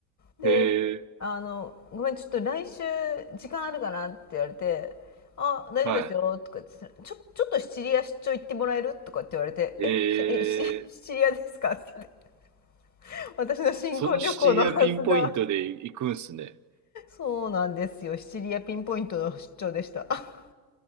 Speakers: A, on the left; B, on the right.
A: で、
B: ええ、
A: あの、ごめん、ちょっと来週時間あるかなって言われて、あ、大丈夫ですよ、
B: は
A: とか言って、ちょ、ちょっとシチリア出張行ってもらえるとかって言われて、
B: い。
A: え、
B: ええ、
A: しえシシチリア <laughs> ですかって言って、私の新婚旅行のはずが、
B: そのシチリアピンポイントで行くんすね。
A: そうなんですよ。シチリアピンポイントの出張でした。<laughs>